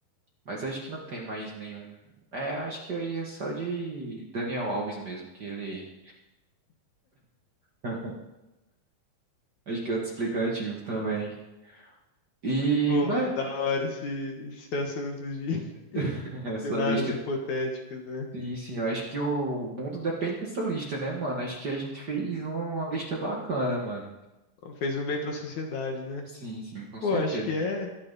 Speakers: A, on the right; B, on the left.
A: Mas acho que não tem mais nenhum. É, acho que eu iria só de Daniel Alves mesmo, que ele. <laughs> Acho que é outro explicativo também. E,
B: Pô,
A: mano,
B: mano, da hora esse, esse assunto de <laughs>
A: <laughs> essa
B: cenários
A: lista.
B: hipotéticos, né?
A: Sim, sim, eu acho que o mundo depende dessa lista, né, mano? Acho que a gente fez uma lista bacana, mano.
B: Fez um bem pra sociedade, né?
A: Sim, sim, com
B: Pô,
A: certeza.
B: acho que é.